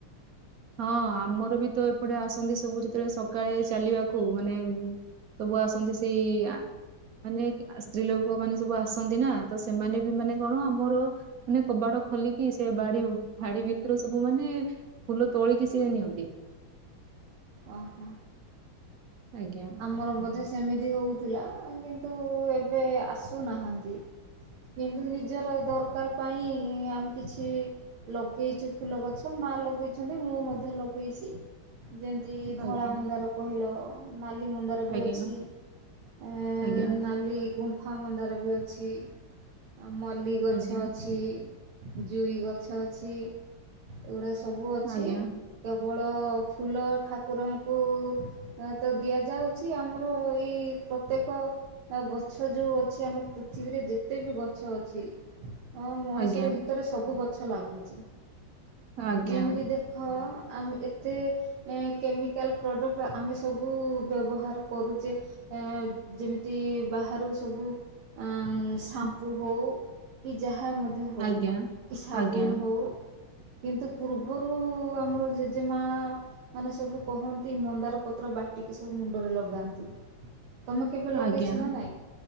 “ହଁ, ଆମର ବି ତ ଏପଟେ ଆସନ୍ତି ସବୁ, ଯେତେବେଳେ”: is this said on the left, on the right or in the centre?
Right